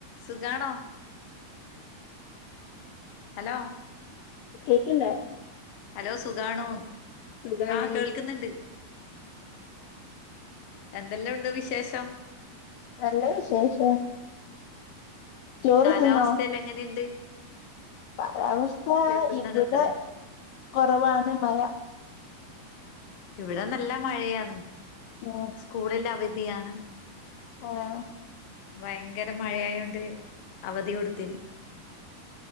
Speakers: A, on the left; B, on the left.
A: സുഗാണോ. Hello
B: കേക്ക്ണ്ടോ
A: കട്ടയോ hello സുഗാണോന്ന്.
B: സുഖാണ്
A: ആഹ കേൾക്ക്‌ന്ന്ണ്ട്. എന്തെലൊണ്ട് വിശേഷം.
B: നല്ലെ വിശേഷം. ചോറ്
A: കാലാവസ്ഥെല്ലാം
B: തിന്നോ
A: എങ്ങനെയിണ്ട്.
B: കാലാവസ്ഥ
A: തിന്നണത്രേ
B: ഇവിടെ കൊറവാണ് മഴ.
A: ഇവിടെ നല്ല മഴയാണ്.
B: ഓഹ്.
A: സ്കൂളെല്ലാം അവധിയാണ്.
B: ആഹ്.
A: വയങ്കര മഴയായോണ്ട് അവധി കൊടുത്തീന്.